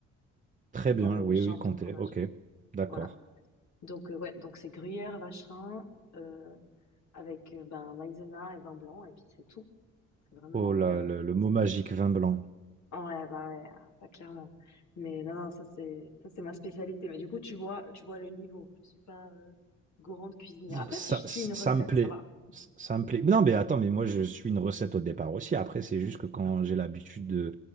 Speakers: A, on the right; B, on the left.
A: Très
B: dans
A: bien,
B: le
A: oui,
B: genre
A: oui, comptez.
B: de fromage.
A: Ok, d'accord.
B: Voilà. Donc euh, ouais, donc c'est gruyère, vacherin euh, avec euh, ben maïzena et vin blanc et puis c'est tout. C'est vraiment
A: Oh là,
B: euh,
A: le, le mot magique, vin blanc.
B: Ouais, bah ouais, ah, ça clairement. Mais non, non, ça c'est ça c'est ma spécialité. Mais du coup, tu vois, tu vois le niveau. Je suis pas euh, grande cuisinière. Après,
A: Ça,
B: si je suis
A: ça
B: une recette,
A: me plaît.
B: ça va.
A: Ça me plaît. Non, mais attends, mais moi, je suis une recette au départ aussi. Après, c'est juste que quand j'ai l'habitude de,